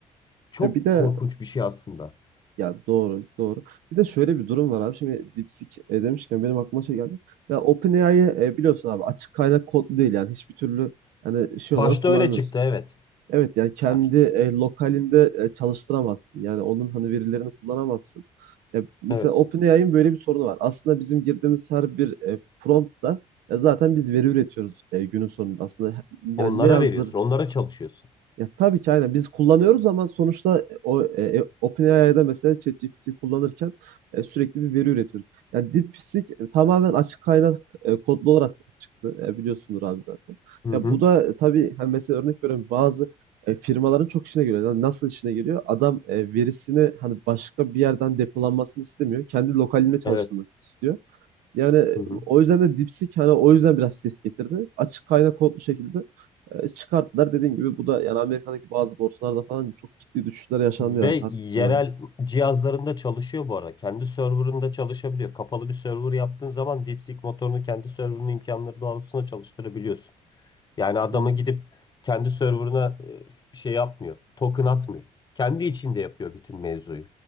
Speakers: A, on the left; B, on the right.
A: Çok
B: Ya bir de
A: korkunç bir şey aslında.
B: Ya doğru, doğru. Bir de şöyle bir durum var abi. Şimdi DeepSeek, eee, demişken benim aklıma şey geldi. Ya OpenAI'yı, e, biliyorsun abi açık kaynak kodlu değil yani hiçbir türlü, hani, şey
A: Başta
B: olarak kullanamıyorsun.
A: öyle çıktı evet.
B: Evet yani kendi
A: Baş.
B: e, lokalinde e, çalıştıramazsın. Yani onun hani verilerini kullanamazsın. Ya mesela
A: Evet.
B: OpenAI'ın böyle bir sorunu var. Aslında bizim girdiğimiz her bir e, promptla e, zaten biz veri üretiyoruz e, günün sonunda. Aslında he- yani
A: Onlara
B: ne yazdır
A: veriyorsun, onlara çalışıyorsun.
B: ya tabii ki aynen biz kullanıyoruz ama sonuçta e, o e, e, OpenAI'da mesela ChatGPT'yi kullanırken e, sürekli bir veri üretiyoruz. Yani DeepSeek e, tamamen açık kaynak e, kodlu olarak çıktı. E, biliyorsundur abi zaten.
A: Hı
B: Ya
A: hı.
B: bu da e, tabii hani mesela örnek veriyorum bazı e, firmaların çok işine geliyor. Yani nasıl işine geliyor? Adam e, verisini hani başka bir yerden depolanmasını istemiyor. Kendi lokalinde çalıştırmak
A: Evet.
B: istiyor. Yani
A: Hı hı.
B: o yüzden de DeepSeek hani o yüzden biraz ses getirdi. Açık kaynak kodlu şekilde e, çıkarttılar. Dediğin gibi bu da yani Amerika'daki bazı borsalarda falan çok ciddi düşüşler yaşandı
A: Ve
B: yani. Haklısın
A: yerel
B: abi.
A: cihazlarında çalışıyor bu arada. Kendi serverında çalışabiliyor. Kapalı bir server yaptığın zaman DeepSeek motorunu kendi serverının imkanları doğrultusunda çalıştırabiliyorsun. Yani adama
B: Hmm,
A: gidip kendi serverına e, şey yapmıyor. Token atmıyor. Kendi içinde yapıyor bütün mevzuyu.